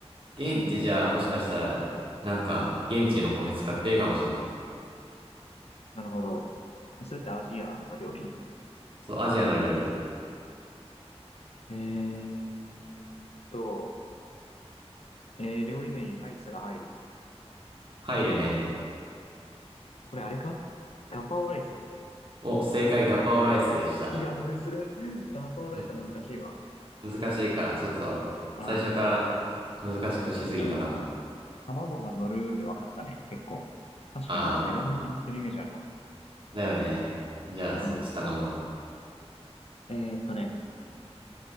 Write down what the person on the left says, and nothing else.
うん。
なるほど。えそれってアジアの料理
えーっと、えー料理名にライスが入る
これあれかガパオライス
いや、むずっ。ガパオライスは難しいわ。
ああ。
あ、でも、卵が乗るで分かったね。結構。確かになんか目玉焼き乗ってるイメージあるわ。
うん。
えーっとね、